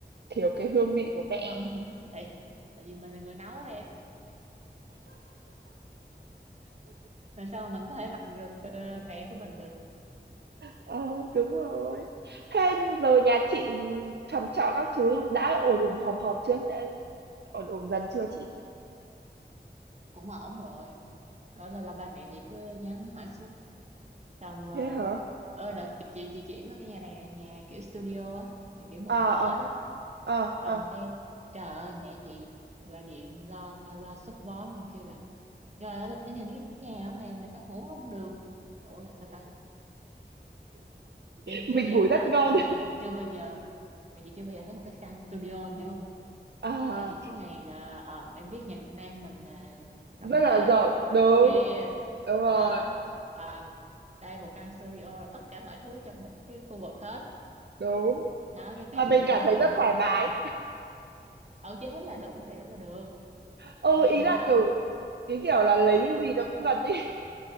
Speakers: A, on the right; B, on the right.
A: thiếu cái hương vị của mẹ
B: nhưng mà <laughs> tại tại vì mình là người nấu em làm sao mà mình có thể bằng được ờ, mẹ của mình được
A: ờ đúng rồi thế giờ nhà chị phòng trọ các thứ đã ổn ổn hòm hòm chưa đã ổn ổn dần chưa chị
B: cũng ổn rồi đó là, là ba mẹ chị cứ nhắn hỏi suốt xong ờ,
A: thế hả
B: ơi đợt chị, chị chị chuyển qua cái nhà này là nhà kiểu studio á là kiểu một
A: ờ
B: người ở
A: ờ
B: đó
A: ờ ờ
B: xong cái trời ơi mẹ chị gọi điện lo lo sốt vó luôn kêu là trời ơi tao nhìn cái nhà ở này mà tao ngủ không được ủa là sao ta kiểu
A: mình
B: trước giờ
A: ngủ rất
B: đó
A: ngon
B: đó giờ mẹ chị chưa bao giờ mẹ chị chưa bao giờ thấy một cái căn studio em hiểu không?
A: <laughs> à
B: Ngày này chị suốt ngày là ờ, em biết nhà Việt Nam mình à, rộng
A: rất là
B: rãi
A: rộng
B: à, phòng này
A: đúng
B: phòng kia
A: đúng rồi
B: đó còn đây một căn studio là tất cả mọi thứ trong một cái khu vực hết
A: đúng
B: đó cái
A: mà
B: mẹ
A: mình
B: chị la
A: cảm
B: làng
A: thấy rất thoải
B: lên
A: mái
B: ừ chị thấy là đủ đầy đủ là được mà
A: ừ
B: mẹ chị
A: ý
B: thì
A: là
B: không
A: kiểu ý kiểu là lấy cái gì nó cũng gần ý